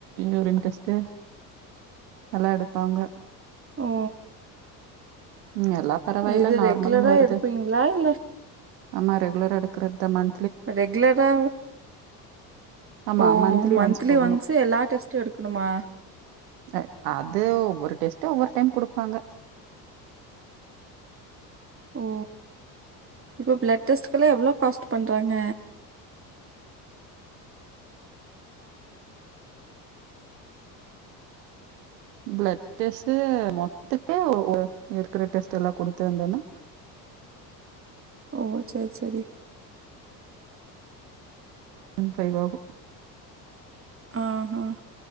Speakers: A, on the right; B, on the right.
A: யூரின் டெஸ்ட்டு எல்லா எடுப்பாங்க
B: ஓ
A: ம் எல்லா பரவாயில்ல
B: இது
A: நார்மல்ன்னு
B: ரெகுலரா
A: வருது
B: எடுப்பீங்களா? இல்ல
A: ஆமா ரெகுலரா எடுக்றதான
B: இப்ப ரெகுலரா
A: ஆமா
B: ஓ மந்த்லி
A: ஒன்ஸ் போகணும்.
B: ஒன்ஸு எல்லா டெஸ்ட்டு எடுக்கணுமா
A: இல்ல அது ஒவ்வொரு டெஸ்ட்டு ஒவ்வொரு டைம் குடுப்பாங்க
B: ஓ இப்ப ப்ளட் டெஸ்ட்டுகெல்லா எவ்ளோ காஸ்ட் பண்றாங்க
A: பிளட் டெஸ்ட்டு மொத்தமே ஓ ஓ இருக்கற டெஸ்ட் எல்லா குடுத்து வந்தனா
B: ஓ செர் செரி
A: ஒன் ஃபைவ் ஆகு
B: ஆ ஹா